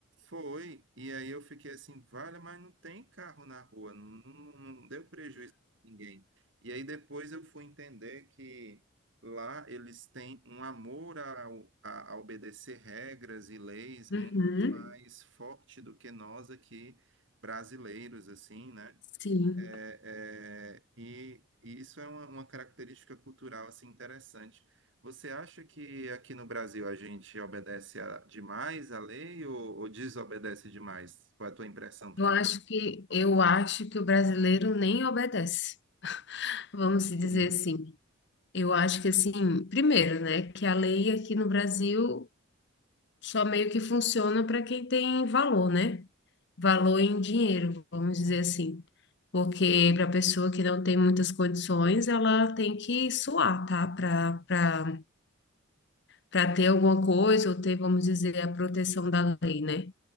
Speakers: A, on the right (about 60°); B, on the left (about 55°).
A: Foi, e aí eu fiquei assim, vale, mas não tem carro na rua, não, não, não deu prejuízo a ninguém. E aí depois eu fui entender que lá eles têm um amor ao- a, a obedecer regras e leis muito
B: Uhum,
A: mais forte do que nós aqui brasileiros, assim, né?
B: sim.
A: É, é, e, e isso é uma, uma característica cultural assim interessante. Você acha que aqui no Brasil a gente obedece a- demais à lei ou, ou desobedece demais? Qual é a tua impressão também?
B: Eu acho que eu acho que o brasileiro nem obedece. Vamos dizer
A: Uhum.
B: assim. Eu acho que assim, primeiro, né, que a lei aqui no Brasil só meio que funciona para quem tem valor, né? valor em dinheiro, vamos dizer assim. Porque para a pessoa que não tem muitas condições, ela tem que suar, tá? Para para para ter alguma coisa ou ter, vamos dizer, a proteção da lei, né?